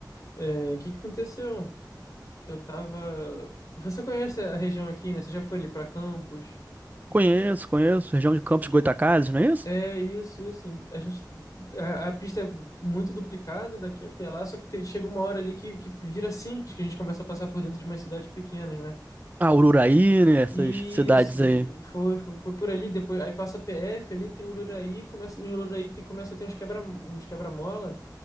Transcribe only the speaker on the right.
Conheço, conheço, região de Campos de Goytacazes, não é isso?
Ah, Ururaí, né? Essas
cidades
aí,